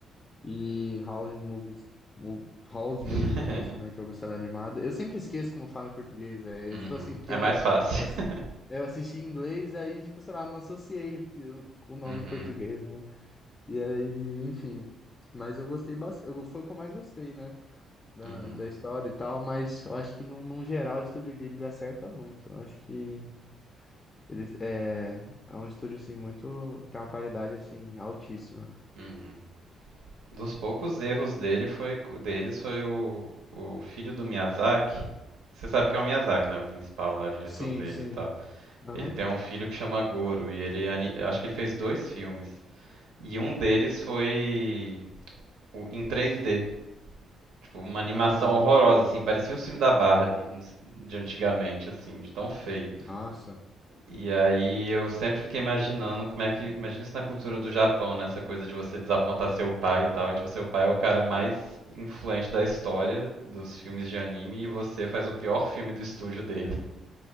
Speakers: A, on the left (about 25°); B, on the right (about 85°).
A: e House Movies, Mo- Howl's
B: <laughs>
A: Moving Castle, né, que é o castelo animado. Eu sempre esqueço como fala em português, é,
B: Uhum.
A: é tipo assim, porque
B: É
A: eu,
B: mais fácil.
A: eu, assi-
B: <laughs>
A: eu assisti em inglês, aí, tipo, sei lá, não associei porque eu- com o nome
B: Uhum.
A: em português, né? E aí, enfim, mas eu gostei bastante, eu, foi o que eu mais gostei, né, da,
B: Uhum.
A: da história e tal, mas eu acho que, num, num geral, o Estúdio Ghibli acerta muito, eu acho que... Eles, é, é um estúdio, assim, muito... Tem uma qualidade, assim, altíssima.
B: Uhum. Dos poucos erros dele foi, deles foi o, o filho do Miyazaki. Você sabe que é o Miyazaki, né? O principal lá, diretor
A: Sim,
B: deles
A: sim.
B: e tal.
A: Aham.
B: Ele tem um filho que chama Goro e ele ani- acho que ele fez dois filmes. E um deles foi o- em 3D. Tipo, uma animação
A: Ah,
B: horrorosa, assim. Parecia o filme da Barbie de antigamente, assim, de tão feio.
A: Nossa.
B: E aí eu sempre fiquei imaginando como é que. Imagina isso na cultura do Japão, né? Essa coisa de você desapontar seu pai e tal. E tipo, seu pai é o cara mais influente da história dos filmes de anime e você faz o pior filme do estúdio dele. <laughs>